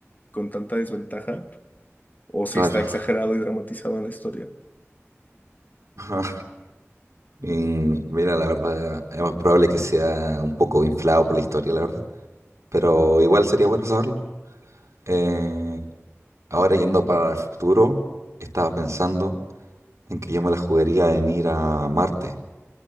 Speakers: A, on the left; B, on the right.
A: con tanta desventaja, o si
B: Claro.
A: está
B: <laughs>
A: exagerado y dramatizado en la historia.
B: Ajá. Y mira, la verdad, es más probable que sea un poco inflado por la historia, la verdad, pero igual sería bueno saberlo. Eh, ahora yendo para el futuro, estaba pensando... en que yo me la jugaría en ir a Marte.